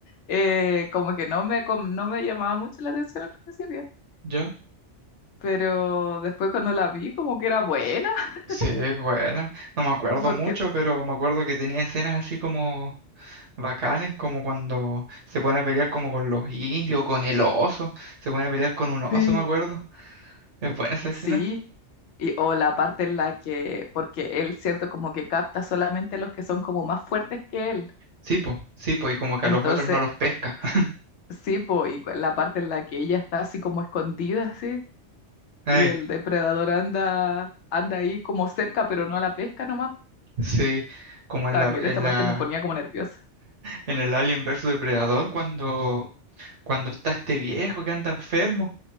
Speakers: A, on the left (about 75°); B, on the right (about 75°).
A: eh, como que no me, com- no me llamaba mucho la atención al principio,
B: ¿yo?
A: pero después cuando la vi, como que era buena, <laughs>
B: Sí, es buena. No me acuerdo
A: porque
B: mucho, pero me acuerdo que tenía escenas así como bacanes, como cuando se pone a pelear como con los indios, con el oso, se pone a pelear con un oso,
A: sí,
B: me acuerdo. Es buena esa escena.
A: sí, y, o la parte en la que, porque él, cierto, como que capta solamente los que son como más fuertes que él,
B: Sí, po, sí, po, y como que
A: entonces,
B: a los otros no los pesca. <laughs>
A: sí, po, y cu- la parte en la que ella está así como escondida, así,
B: Eh,
A: y el depredador anda, anda ahí como cerca, pero no la pesca nomás,
B: sí, como en
A: también
B: la, en
A: esa parte
B: la,
A: me ponía como nerviosa.
B: en el Alien versus Depredador, cuando, cuando está este viejo que anda enfermo,